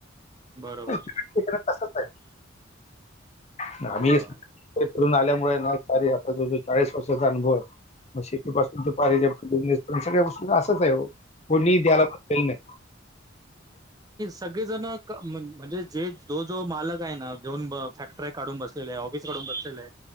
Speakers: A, on the right (about 20°); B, on the left (about 35°).
A: बरोबर
B: <unintelligible> तसच आहे. <unintelligible>
A: हो
B: ते करून आल्यामुळे ना तरी आता जो जो चाळीस वर्षाचा अनुभव आहे म शेतीपासून ते. <unintelligible> बिजनेस त्यांच्या काय गोष्टीच असंच आहे ओ कोणी द्यायला बसलेलं नाही.
A: सगळे जण म्हणजे जे जो जो मालक आहे ना घेऊन फॅक्टर्या काढून बसला ऑफीस काढून बसलेला आहे.